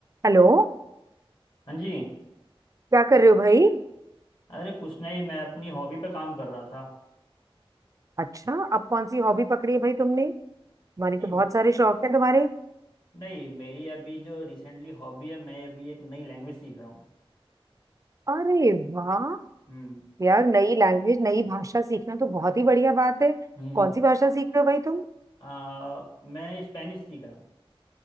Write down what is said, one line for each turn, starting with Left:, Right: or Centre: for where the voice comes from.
Right: Hello
Left: हाँ जी
Right: क्या कर रहे हो भाई
Left: अरे कुछ नहीं मैं अपनी हॉबी पे काम कर रहा था
Right: अच्छा अब कौन सी हॉबी पकड़ी है भाई तुमने तुम्हारे
Left: नहीं
Right: तो बहुत सारे शौक हैं तुम्हारे
Left: नहीं मेरी अभी जो रिसेंटली हॉबी है मैं अभी एक नई लैंग्वेज सीख रहा हूँ
Right: अरे वाह
Left: हम्म
Right: यार नई लैंग्वेज नई भाषा सीखना तो बहुत ही बढ़िया बात है
Left: हम्म
Right: कौन सी भाषा सीख रहे हो भाई तुम
Left: आ, मैं स्पेनिश सीख रहा हूँ